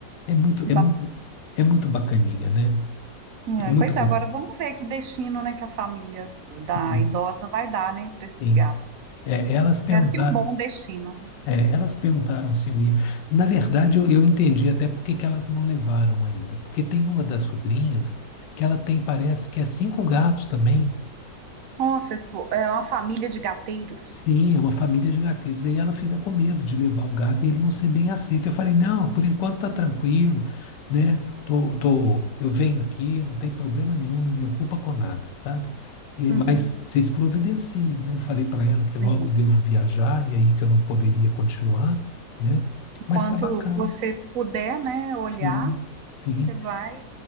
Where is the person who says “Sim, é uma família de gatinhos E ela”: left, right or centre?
Left